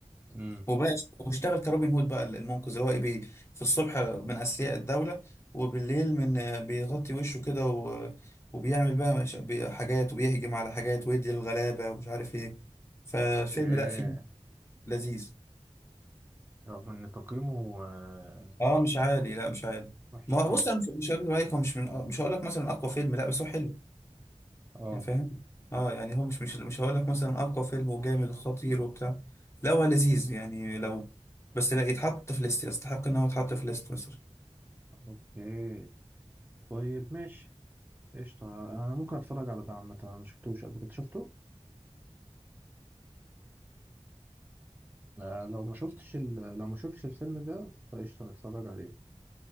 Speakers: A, on the right; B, on the left.
A: امم
B: وبقى واشتغل كروبن هود بقى المنقذ اللي هو ايه بي في الصبح من اثرياء الدوله وبالليل من بيغطي وشه كده و... وبيعمل بقى مش... بي- حاجات وبيهجم على حاجات ويدي الغلابه ومش عارف ايه فالفيلم
A: اوكي
B: لا فيه لذيذ
A: رغم ان تقييمه آه،
B: اه مش عالي لا مش عالي
A: وحش
B: ما
A: قوي
B: هو بص انا مش مش هقول عليك هو مش من مش هقول لك مثلا اقوى فيلم لا بس هو حلو
A: اه
B: يعني فاهم اه يعني هو مش مش مش هقول لك مثلا اقوى فيلم وجامد وخطير وبتاع لا هو لذيذ يعني لو بس لا يتحط في ليست يستحق ان هو يتحط في ليست بس
A: اوكي طيب ماشي قشطة انا ممكن اتفرج على ده عامة انا ما شفتوش قبل كده شفته لا، لو ما شفتش ال... لو ما شفتش الفيلم ده فقشطة نتفرج عليه